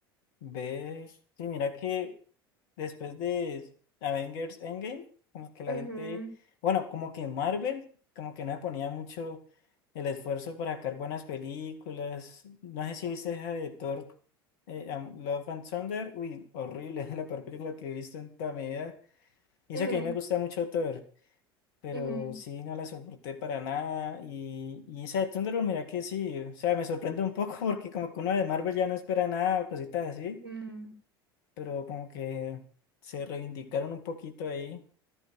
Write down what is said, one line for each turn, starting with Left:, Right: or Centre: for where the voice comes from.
Left: ¿Ves? Sí, mira que después de Avengers Endgame, como que la
Right: Ujú,
Left: gente, bueno, como que Marvel, como que no le ponía mucho el esfuerzo para sacar buenas películas. No sé si viste esa de Thor, eh, Am- Love and Thunder, uy, horrible, <laughs> la peor película que he visto en toda mi vida. Y
Right: ujú,
Left: eso que a mí me gusta mucho Thor. pero
Right: ujú,
Left: sí, no la soporté para nada. Y, y esa de Thunderbolt, mira que sí, o sea, me sorprende un poco <laughs> porque como que uno de Marvel ya no espera nada o cositas así,
Right: ujú.
Left: pero como que se reivindicaron un poquito ahí.